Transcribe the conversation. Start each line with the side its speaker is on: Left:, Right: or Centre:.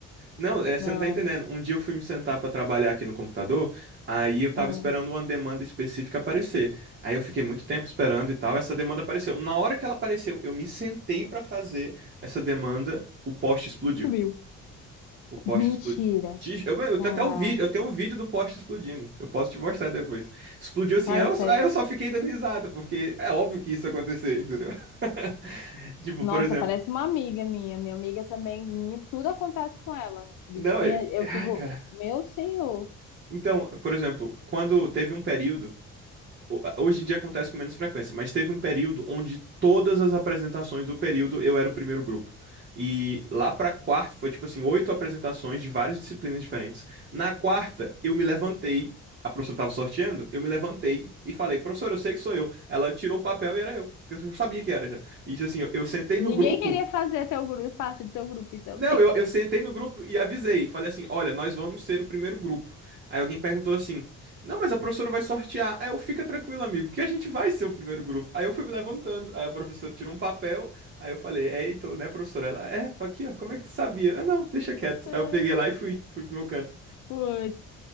Right: Não, é, você
Left: Não,
Right: não tá entendendo. Um dia eu fui me sentar pra trabalhar aqui no computador, aí eu tava
Left: ah,
Right: esperando uma demanda específica aparecer. Aí eu fiquei muito tempo esperando e tal, essa demanda apareceu. Na hora que ela apareceu, eu me sentei pra fazer essa demanda, o poste explodiu.
Left: sumiu.
Right: O poste
Left: Mentira.
Right: explodiu. Ti- Eu, eu
Left: Caraca,
Right: tenho até o vídeo, eu tenho um vídeo do poste explodindo. Eu posso te mostrar depois. Explodiu assim,
Left: cara,
Right: aí eu,
Left: tá-
Right: só- aí eu só fiquei dando risada, porque é óbvio que isso ia acontecer, entendeu? <laughs> Tipo,
Left: Nossa,
Right: por exemplo,
Left: parece uma amiga minha. Minha amiga também, minha, tudo acontece com ela. Bichinha,
Right: não, eu-
Left: eu fico,
Right: ai, cara.
Left: meu senhor.
Right: Então, por exemplo, quando teve um período o- Hoje em dia acontece com menos frequência, mas teve um período onde todas as apresentações do período eu era o primeiro grupo. E lá pra quarta foi tipo assim, oito apresentações de várias disciplinas diferentes. Na quarta, eu me levantei, a professora tava sorteando, eu me levantei e falei, professora, eu sei que sou eu. Ela tirou o papel e era eu, porque eu sabia que era já. E isso assim, eu, eu sentei
Left: Ninguém
Right: no grupo
Left: queria fazer teu grupo, parte do teu grupo, então.
Right: não, eu, eu sentei no grupo e avisei. Falei assim: olha, nós vamos ser o primeiro grupo. Aí alguém perguntou assim: não, mas a professora vai sortear. Aí eu, fica tranquilo, amigo, que a gente vai ser o primeiro grupo. Aí eu fui me levantando. Aí a professora tirou um papel. Aí eu falei: é, então, né, professora? Ela, é, aqui, ó, como é que tu sabia? Eu, não, deixa quieto.
Left: <laughs>
Right: Aí eu peguei lá e fui, fui pro meu canto.
Left: Putz,